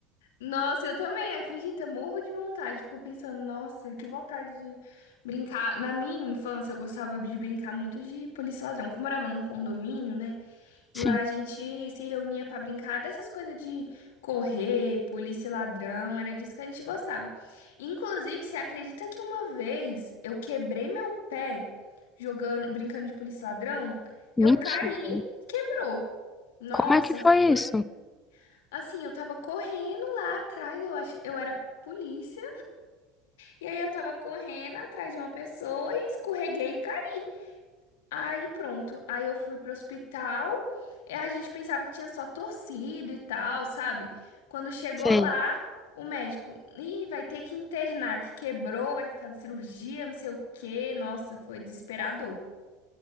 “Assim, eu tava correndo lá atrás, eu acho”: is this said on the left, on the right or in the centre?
Left